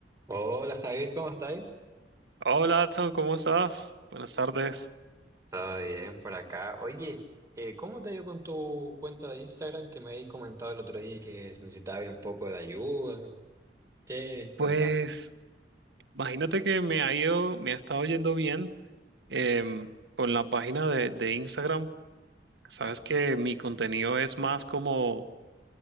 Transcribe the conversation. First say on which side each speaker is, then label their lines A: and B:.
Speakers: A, on the right (about 20°); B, on the right (about 70°).
A: Hola Javier, ¿cómo estás?
B: Hola, Adson, ¿cómo estás? Buenas tardes.
A: Todo bien por acá. Oye, eh, ¿cómo te ha ido con tu cuenta de Instagram que me habéis comentado el otro día que necesitabas un poco de ayuda? ¿Qué?
B: Pues
A: Cuéntame.
B: imagínate que me ha ido, me ha estado yendo bien em, con la página de, de Instagram. Sabes que mi contenido es más como